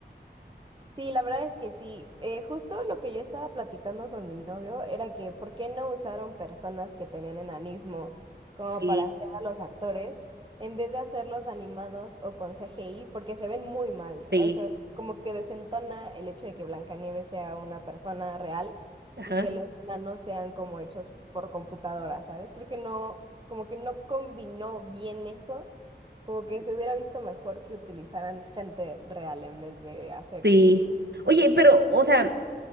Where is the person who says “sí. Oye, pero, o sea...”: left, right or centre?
Right